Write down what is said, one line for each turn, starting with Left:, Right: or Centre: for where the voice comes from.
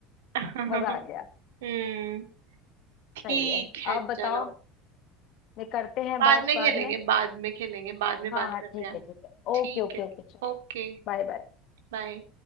Right: <laughs>
Left: मजा आ गया
Right: हम्म ठीक
Left: सही है
Right: है
Left: आप बताओ
Right: चलो
Left: ये करते हैं
Right: बाद
Left: बात
Right: में
Left: बाद
Right: खेलेंगे
Left: में
Right: बाद में खेलेंगे बाद में बात
Left: हाँ हाँ
Right: करते
Left: ठीक
Right: हैं
Left: है ठीक है ओके
Right: ठीक
Left: ओके
Right: है
Left: ओके चलो
Right: ओके
Left: Bye bye
Right: बाय